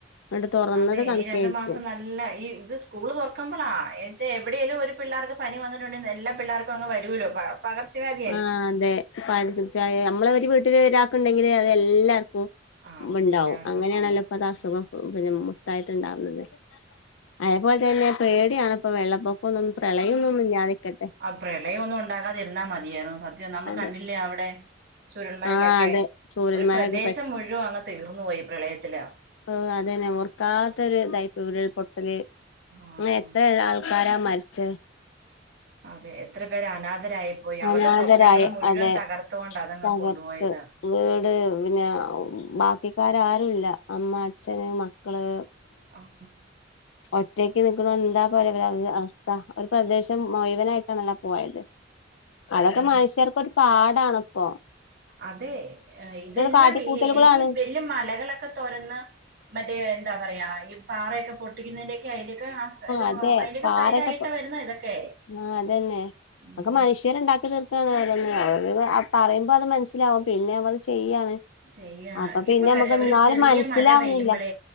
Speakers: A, on the left; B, on the right.
A: അങ്ങട്ട് തുറന്നത്
B: അതെ ഇനി
A: കണക്കായിരിക്കും
B: രണ്ടു മാസം നല്ല ഈ ഇത് സ്കൂള് തുറക്ക്മ്പളാ എന്ന് വെച്ചാൽ എവിടെയേലും ഒരു പിള്ളേർക്ക് പനി വന്നിട്ടുണ്ടെങ്കിൽ എല്ലാ പിള്ളേർക്കും അങ് വരുവല്ലോ പ പകർച്ച വ്യാധി
A: ആഹ് അതെ പ നമ്മള ഒരു വീട്ടിൽ ഒരാക്കുണ്ടെങ്കില് അത് എല്ലാർക്കും
B: ആഹ്
A: ഉണ്ടാവും
B: എല്ലാവർക്കും
A: അങ്ങനെയാണല്ലോ
B: വന്നു
A: ഇപ്പൊ അത് അസുഖം പിന്നെ മൊത്തായിട്ടുണ്ടാവുന്നത് അതേപോലെ തന്നെ പേടിയാണിപ്പോ വെള്ളപ്പൊക്കൊന്നും പ്രളയം ഒന്നും ഇല്ലാതിരിക്കട്ടെ
B: ആ പ്രളയം ഒന്നും ഉണ്ടകാതിരുന്നാ മതിയായിരുന്നു. സത്യം നമ്മള്
A: അതെ
B: കണ്ടില്ലേ അവിടെ ചൂരൽമലേലൊക്കെ
A: ആ അതെ ചൂരൽമലയൊക്കെ
B: ഒരു പ്രദേശം മുഴുവൻ അങ്ങ് തീർന്നു പോയി പ്രളയത്തില്.
A: ഓഹ് അതന്നെ ഓർക്കാത്ത ഒരു ഇതായിപ്പോയി ഉരുൾപൊട്ടല്.
B: ആഹ്
A: അങ്ങനെ എത്ര ആൾക്കാരാ മരിച്ചത്
B: അതെ എത്ര പേര് അനാഥരായി പോയി അവര്ടെ
A: അനാഥരായ
B: സ്വപ്നങ്ങൾ മുഴുവൻ
A: അതെ
B: തകർത്ത് കൊണ്ട് അതങ്ങ്
A: തകർത്ത്
B: കൊണ്ടുപോയത്
A: വീട് പിന്നേ ബാക്കിക്കാര് ആരുല്ല അമ്മ അച്ഛന് മക്കള്
B: ആഹ്
A: ഒറ്റയ്ക്ക് നിക്ക്ണു എന്താ പോലെ ഒരവസ്ഥ ഒര് പ്രദേശം മുഴുവനായിട്ടാണല്ലാ പോയത് അതൊക്കെ
B: അതെന്നെ
A: മനുഷ്യർക്കൊര് പാഠണ്പ്പൊ
B: അതേ ഏഹ് ഇതെല്ലാം
A: കാട്ടിക്കൂട്ടലുകളാണ്
B: ഈ <unintelligible> ല് മലകളൊക്കെ തൊരന്ന് മറ്റേ എന്താ പറയാ ഈ പാറയൊക്കെ പൊട്ടിക്കുന്നേന്റെ ക്കെ അയിന്റെക്കെ ആഹ് സൈഡ്
A: അതെ
B: അയിന്റെക്കെ
A: പാറൊക്കെ
B: സൈഡായിട്ടാ വര്ന്ന് ഇതൊക്കെ
A: ആഹ് അതന്നെ
B: ഉം
A: ഒക്കെ മനുഷ്യര്ണ്ടാക്കി തീർക്കാണ് ഓരോന്ന് അവര് പറയുമ്പോ അത് മനസ്സിലാവും പിന്നെ അവര് ചെയ്യാണ്
B: ചെയ്യാ
A: അപ്പൊ പിന്നെ
B: ഇപ്പൊ കണ്ടിലേ
A: നമുക്ക് എന്നാലും
B: ഒരു ചെറിയ
A: മനസ്സിലാവുന്നില്ല
B: മഴ പെയ്യുമ്പളേ